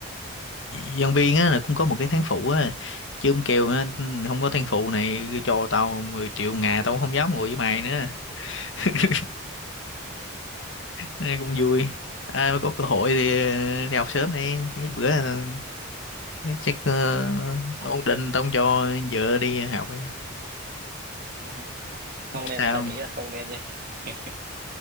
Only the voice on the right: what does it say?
À,
dạ. không nên
ta nghĩ là không nên nha <laughs>